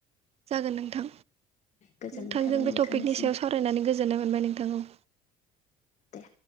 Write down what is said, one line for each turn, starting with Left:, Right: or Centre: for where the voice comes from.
Right: जागोन नोंथां।
Left: गोजोननाय
Right: नोंथांजों
Left: थाबाय नोंथांनिसिम
Right: बे टपिकनि सायाव सावरायनानै गोजोननाय मोनबाय नोंथां औ।
Left: दे